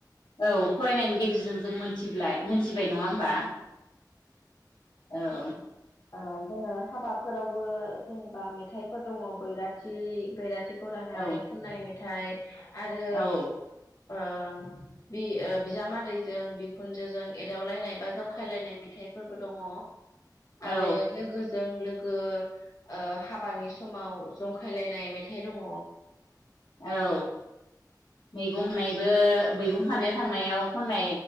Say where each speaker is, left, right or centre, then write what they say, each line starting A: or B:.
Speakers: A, on the left; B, on the left.
A: औ फरायनायनि गेजेरजों जों मोन मिथिब्लाय मिथिबाय नङा होमबा? औ।
B: ओ जोङो हाबाफोरावबो जेनेबा मेथाइफोर दङ बैराथि बैराथि खौ लानानै
A: औ
B: खननाय मे थाइ आरो
A: औ
B: ओ बि ओ बिजामादैजों बिखुनजोजों एदावलायनाय बा जंखा खायलायनाय मेथाइफोरबो दङ आरो
A: औ
B: लोगोजों लोग लोगो ओ हाबानि समाव जंखायलायनाय मेथाइ दङ
A: औ मैगं खानायबो मैगं खानो थांनायाव खननाय